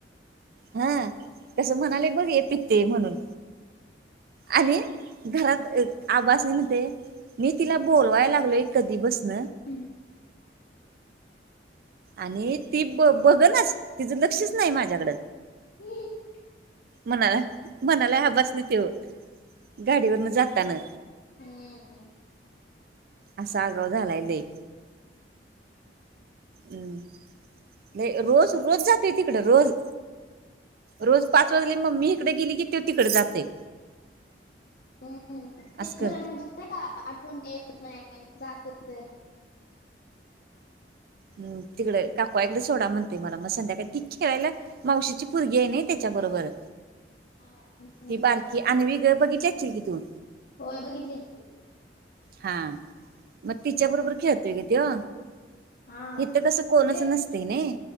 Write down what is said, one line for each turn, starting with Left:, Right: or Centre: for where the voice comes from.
Right: हा
Left: हम्म.
Right: कस म्हणाले बघ ये पिते म्हणून आणि घरात आबासनी म्हणते, मी तिला बोलवायला लागलोय कधी पासन
Left: हम्म.
Right: आणि ती बगनास तिच लक्षच नाही माझ्याकड.
Left: <unintelligible>
Right: म्हणाला म्हणालाय आबांसनी तो गाडीवरन जाताना.
Left: हम्म
Right: असा आगाऊ झालाय लई. हम्म, नाही रोज रोज जातोय तिकडं रोज रोज पाच वाजले मम्मी इकड गेली की तो तिकड जातय.
Left: <unintelligible>
Right: असच क
Left: म्हणजे का आठवणकाय येत नाही जाते तर
Right: ह्म्म्म तिकड काकु आई कड सोडा म्हणतय मला मग संध्याकाळी ती खेळायला मावशीची पोरगी आहे ना त्याच्याबरोबर
Left: हा
Right: ती बारकी आणवी ग बघितली अशील की तू
Left: होय बघितले की.
Right: हा मग तिच्या बरोबर खेळतो ग तो.
Left: हा
Right: इथ कस
Left: म्हणजे
Right: कोणच नसतय नई.